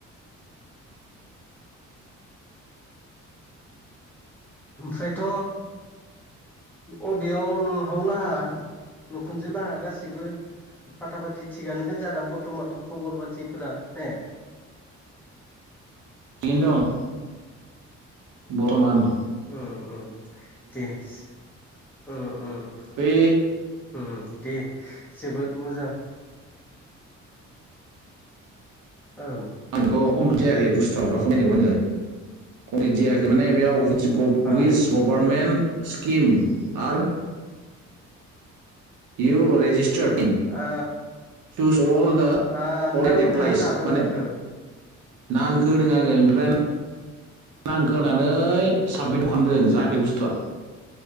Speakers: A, in the centre; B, on the right (about 80°).
A: ओमफ्रायथ' अबेयाव नों हाव लाहा नोंखुनजो लाहा गासिबो फााथा फाटि थिगानो गोन जादों बरथमानथ' खबर बाथिफोरा ने?
B: थिगैनो दं। बरथमान।
A: ओम ओम देस ओम ओम
B: बे
A: ओम दे जोबोद मोजां। ओं
B: आं बेखौ कमप्लिट जायाखै बुस्थुवआ माबा खालामनायदोंमोन आङो कमप्लिट जायाखै माने बेयाव उथ गब
A: ओ
B: उइिस गभर्मेन्ट स्किम आरो आर इउ रेजस थार
A: आ
B: थुस अल दा
A: आ
B: अ
A: नानखौ
B: एप्लाइस
A: होना हो
B: माने
A: बेखौ
B: नानख होदों आङो ओमफ्राय नानखोनै साबमिट खालामदों जायाखै बुस्थुआ।